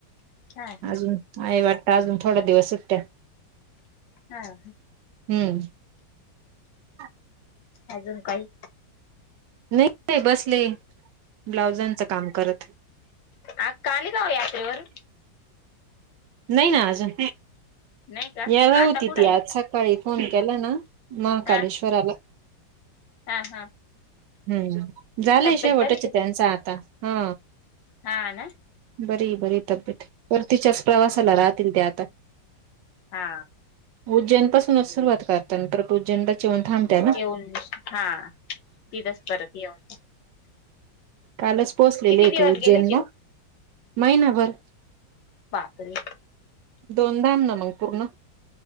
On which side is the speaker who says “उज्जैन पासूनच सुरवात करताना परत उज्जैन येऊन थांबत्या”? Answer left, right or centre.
Right